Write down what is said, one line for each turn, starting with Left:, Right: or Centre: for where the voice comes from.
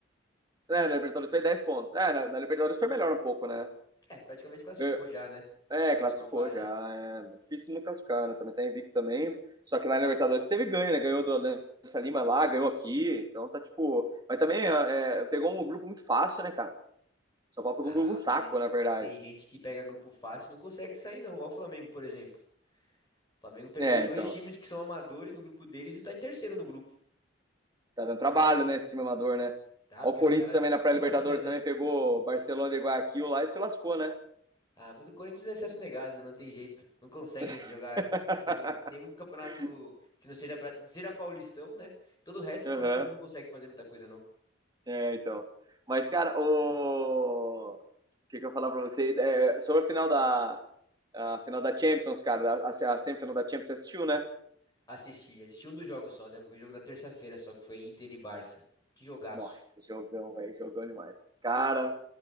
Right: É, na Libertadores fez 10 pontos. É, na, na Libertadores foi melhor um pouco, né?
Left: É, praticamente classificou
Right: Ganhou-
Left: já, né?
Right: É,
Left: Pra próxima
Right: classificou
Left: fase.
Right: já. É difícil não classificar, né? Também tá invicto também. Só que lá na Libertadores teve ganho, né? Ganhou do Alianza Lima lá, ganhou aqui. Então tá tipo. Mas também é, é, pegou um grupo muito fácil, né, cara? São Paulo pegou
Left: Ah,
Right: um grupo fraco,
Left: mas
Right: na verdade.
Left: tem gente que pega grupo fácil e não consegue sair, não. Olha o Flamengo, por exemplo. O Flamengo pegou
Right: É,
Left: dois
Right: então.
Left: times que são amadores no grupo deles e tá em terceiro no grupo,
Right: Tá dando trabalho, né? Esse time amador, né?
Left: tá?
Right: Ó,
Left: Porque
Right: o Corinthians
Left: os caras
Right: também na pré-Libertadores
Left: dão a vida, né?
Right: também pegou Barcelona e Guayaquil lá e se lascou, né?
Left: Ah, mas o Corinthians é acesso negado, né? Não tem jeito. Não conseguem
Right: <laughs>
Left: jogar Sulame- nenhum campeonato que não seja, bra- seja paulistão, né? Todo o resto, o
Right: Aham.
Left: Corinthians não consegue fazer muita coisa, não.
Right: É, então. Mas, cara, o. O que que eu ia falar pra você? É, sobre a final da. A final da Champions, cara. A, a semifinal da Champions, você assistiu, né?
Left: Assisti, assisti um dos jogos só, né? O jogo da terça-feira só, que foi Inter e Barça. Que jogaço.
Right: Nossa, jogão, velho. Jogão demais. Cara,